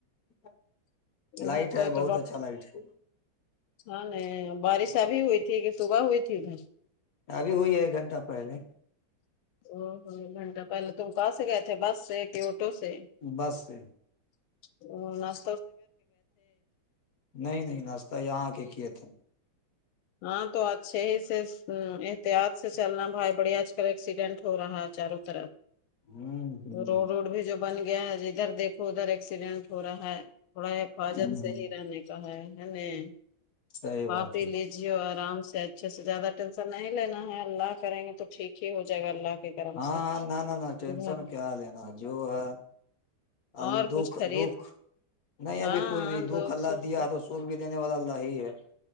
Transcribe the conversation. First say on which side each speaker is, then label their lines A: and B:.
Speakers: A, on the left; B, on the left.
A: ہ
B: ادھر
A: لائٹ
B: تو
A: ہے بہت
B: تو ڈاکٹر
A: اچھا لائٹ <unintelligible>
B: ہاں نہیں بارش ابھی ہوئی تھی کہ صبح ہوئی تھی ادھر <unintelligible>
A: ابھی ہوئی ہے ایک گھنٹہ پہلے
B: او ایک گھنٹہ پہلے تم کوا سے گ تھے بس سے کہ آٹو سے
A: بس سے
B: <unintelligible> ا <inaudible>
A: نہیں نہیں ناشہ یہاں آ کے کی ات ہم <unintelligible>
B: ہاں تو اچھے ہی سے احتیاط سے چلنا بھائی بڑی آج کل ایکسیڈینٹ ہو رہا ہے چاروں طرف
A: ہ ہ
B: تو روڈ ووڈ بھی جو بن گیا ہے ادھر دیکھ <unintelligible> ادھر ایکسیڈینٹ ہو رہا ہے تھوڑا حفاظت
A: ہ
B: سے ہی رہنے کا ہے ہے ن
A: صحیح
B: <unintelligible>
A: بات
B: آپ ہی
A: ہے
B: لیجیے آرام سے اچھے سے زیادہ ٹینشن نہیں لینا ہے اللہ کریں گے تو ٹھیک ہی ہو جائے گا اللہ کے گرم
A: ہاں
B: سے
A: نہ نہ نہ ٹینشن
B: <unintelligible>
A: کیا لینا جو ہے <unintelligible> ال
B: اور
A: دکھ
B: کچھ خرید
A: دکھ نہیں
B: ہاں
A: ابھی کچھ
B: ہاں
A: نہیں دکھ
B: دو
A: اللہ
B: سو روپے،
A: دیا تو وہ بھی دینے والا اللہ ہی ہے <unintelligible>